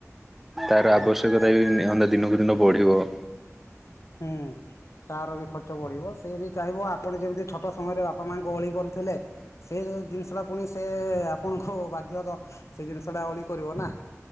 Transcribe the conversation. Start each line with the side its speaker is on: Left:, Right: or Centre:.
Centre: ତାର
Left: ହୁଁ
Centre: ଆବଶ୍ୟକ <unintelligible> ଦିନକୁ ଦିନ ବ।
Left: ହୁଁ ତାର ବି ଖର୍ଚ୍ଚ ବଢିବ ସେ ବି ଚାହିଁବ ଆପଣ ଯେମିତି ଛୋଟ ସମୟରେ ବାପା ମା ଗ ଅଳି କରୁଥିଲେ ସେ ଜିନିଷଟା ପୁଣି ସେ ଆପଣଙ୍କୁ ବାଧ୍ୟତ ସେ ଜିନିଷଟା ଅଳି କରିବ ନା